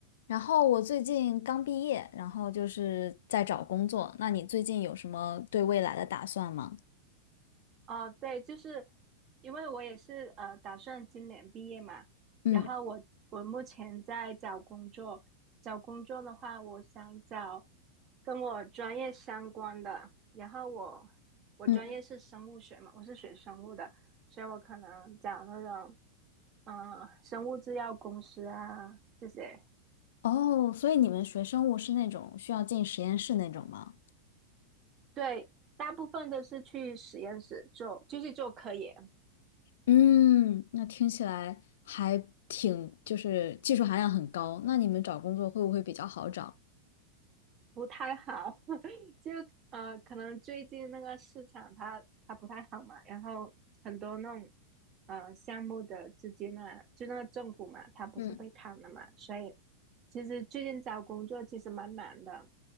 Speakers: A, on the left (about 75°); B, on the right (about 30°).
A: 然后我最近刚毕业，然后就是在找工作。那你最近有什么对未来的打算吗？
B: 哦，对，就是因为我也是呃，打算今年毕业嘛，
A: 嗯
B: 然后我我目前在找工作，找工作的话，我想找跟我专业相关的，然后我我专业是生物学嘛，
A: 嗯，
B: 我是学生物的，所以我可能找那种嗯、呃生物制药公司啊这些，
A: 哦，所以你们学生物是那种需要进实验室那种吗？
B: 对，大部分都是去实验室做，就是做科研。
A: 嗯，那听起来还挺，就是技术含量很高。那你们找工作会不会比较好找？
B: 不太好，<laughs> 就呃，可能最近那个市场它它不太好嘛，然后很多那种呃项目的资金啊，就那个政府嘛，它不是被砍了嘛，
A: 嗯，
B: 所以其实最近找工作其实蛮难的。